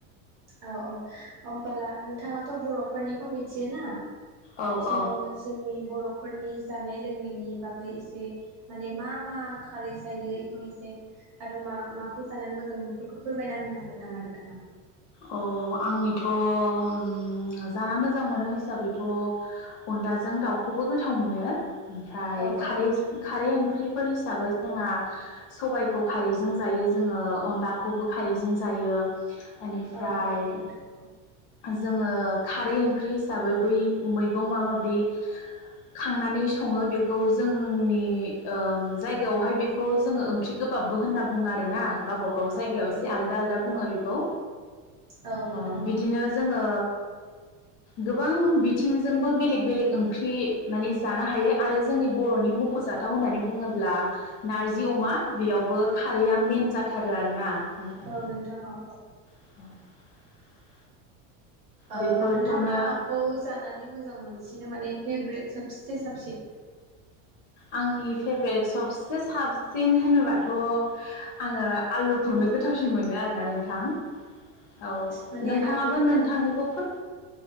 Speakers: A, on the right; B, on the left.
A: औ औ होमबला नोंथाङाथ' बर'फ फोरनिखौ मिथियो ना?
B: औ
A: स'
B: औ
A: जोंनि बर'फ फोरनि जानाय लोंनायनि बागै एसे माने मा मा खारै जायो इखौ एसे आरो मा माखौ जानानै मोजां बेफोरखौ फोरमायना होनो हागोन नामा नोंथाङा?
B: अ आंनि थ' उम जाना मोजां मोनो हिसाबैथ' अनलाजों दाउखौबो गोथाव मोनो। ओमफ्राय
A: औ औ
B: खारैज
A: नोंथां
B: खारै ओंख्रि फोर हिसाबै जोंहा सबायखौ खारैजों जायो जोङो अनला खौबो खारैजों जायो। इनिफ्राय
A: औ औ नोंथां
B: जोङो खारै ओंख्रि हिसाबै बै मैगं मा माबि खांनानै सङो बेखौ जोंनि ओ जायगायावहाय बेखौ जोङो ओंख्रि गोबाबबो होनना बुङो आरोना गावबा
A: औ
B: गाव जायगायाव
A: औ
B: एसे
A: नोंथां
B: आलदा आलदा बुङो
A: औ
B: बेखौ।
A: औ नोंथां
B: ओ बिदिनो
A: औ
B: जोङो गोबां बिथिंजोंबो बेलेग बेलेग ओंख्रि माने जानो हायो आरो जोंनि बर'नि मख'जाथाव होननानै बुङोब्ला नारजि अमा बेयावबो खारैया मेन जाथारो आरोना। नोंथां
A: औ नोंथां औ औ
B: <inaudible>
A: ओ
B: बेफोरखौनो
A: नोंथाङा माखौ जानानै मोजां मोनसिनो माने फेब्रेट सबसे साबसिन
B: आंनि फेभरेट सबसे साबसिन होनोबाथ' आङो आलुखौनो गोथावसिन मोनो आरोना नों थां औ
A: माने
B: नोंथाङाबो
A: आलु होनानै
B: नोंथांनिखौ फोर